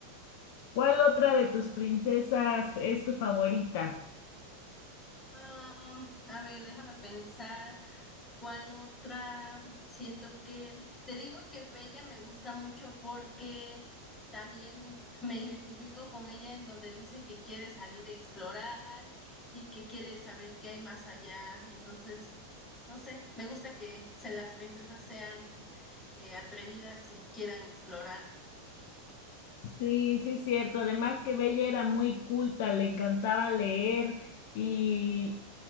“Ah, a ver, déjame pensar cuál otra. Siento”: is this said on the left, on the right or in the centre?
Left